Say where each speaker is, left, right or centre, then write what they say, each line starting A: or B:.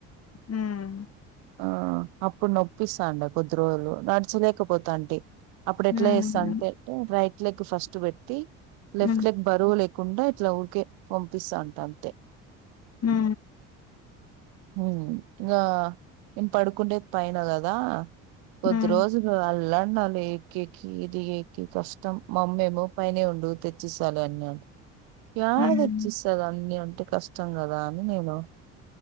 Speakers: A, on the left (about 40°); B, on the right (about 75°).
A: హ్మ్.
B: ఆ అప్పుడు నొప్పిస్తాండా కొద్ది రోజులు నడచలేకపోతాంటి అప్పుడు ఎట్లా
A: హ్మ్.
B: చేస్తా అంటేే రైట్ లెగ్ ఫస్ట్ పెట్టి లెఫ్ట్
A: హ్మ్.
B: లెగ్ బరువు లె కుండా ఇట్లా ఊరికే పంపిస్తాంటి అంతే
A: మ్
B: హు ఇంగా నేన్ పడుకుండేది పైన గదా కొద్ధి
A: హ్మ్.
B: రోజులు అల్లా అన్నాల ఏక్కేకి ఇది ఏక్కి కష్టం మామ్మేమో పైనే ఉండువు తెచ్చిస్తాలె అన్యాది యాడ
A: హ్మ్.
B: తెచ్చిస్తది అన్ని అంటే కష్టం గదా అని నేను